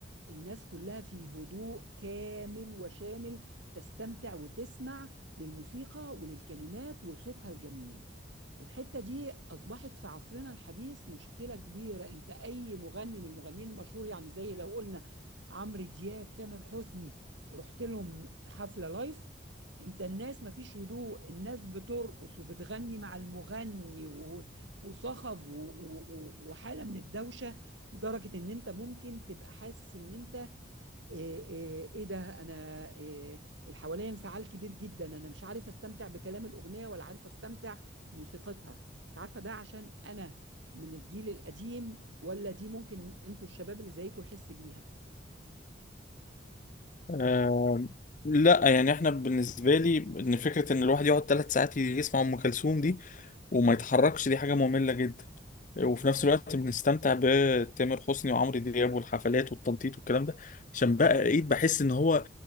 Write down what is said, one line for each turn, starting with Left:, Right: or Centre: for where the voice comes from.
Right: الناس كلها في هدوء كامل وشامل تستمتع وتسمع للموسيقى وللكلمات ولصوتها الجميل الحتة دي أصبحت في عصرنا الحديث مشكلة كبيرة أنت أي مغني من المغنيين المشهور يعني زي لو قلنا عمرو دياب تامر حسني رحت لهم حفله لايف انت الناس مفيش هدوء الناس بترقص وبتغني مع المغني و- وصخب و- و- و- وحاله من الدوشه لدرجه ان انت ممكن تبقى حاسس ان انت ايه, ايه, ايه ده انا ايه الحوالي انفعال كبير جدا انا مش عارف استمتع بكلام الاغنيه ولا عارف استمتع بموسيقتها مش عارفه ده عشان انا من الجيل القديم ولا دي ممكن انتوا الشباب اللي زيكم يحس بيها
Left: آم، لا يعني احنا بالنسبة لي ان فكرة ان الواحد يقعد ثلاث ساعات يسمع ام كلثوم دي وما يتحركش دي حاجة مملة جدا وفي نفس الوقت بنستمتع بتامر حسني وعمرو دياب والحفلات والتنطيط والكلام ده عشان بقى ايه بحس ان هو